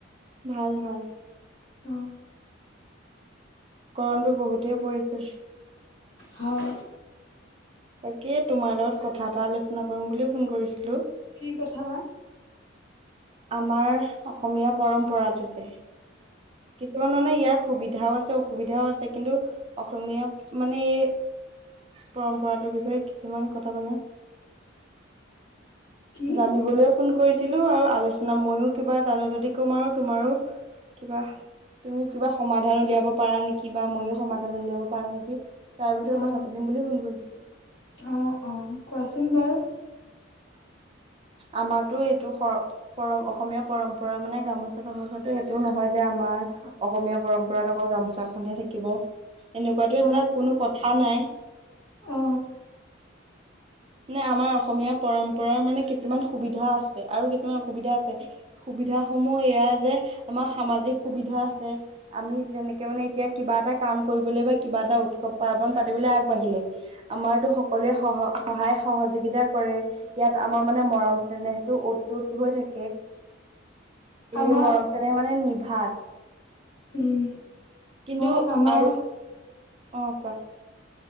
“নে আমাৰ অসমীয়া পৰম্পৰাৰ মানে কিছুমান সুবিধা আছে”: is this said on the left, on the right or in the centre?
Right